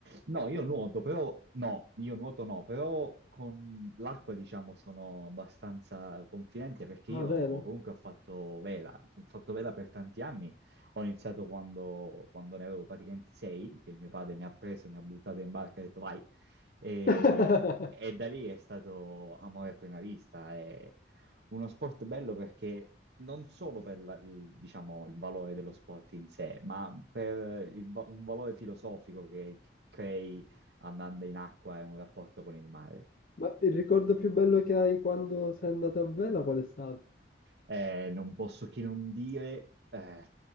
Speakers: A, on the right; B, on the left.
A: No, io nuoto, però no, io nuoto no, però con l'acqua diciamo sono abbastanza confidente perché
B: Ah,
A: io
B: vero?
A: comunque ho fatto vela, ho fatto vela per tanti anni, ho iniziato quando, quando ne avevo praticamente sei, che mio padre mi ha preso, mi ha buttato in barca e ha detto vai, e,
B: <laughs>
A: e da lì è stato amore a prima vista, è uno sport bello perché non solo per la- il, diciamo, il valore dello sport in sé, ma per il va- un valore filosofico che, crei andando in acqua e un rapporto con il mare.
B: Ma il ricordo più bello che hai quando sei andato a vela qual è stato?
A: Eh, non posso che non dire, eh,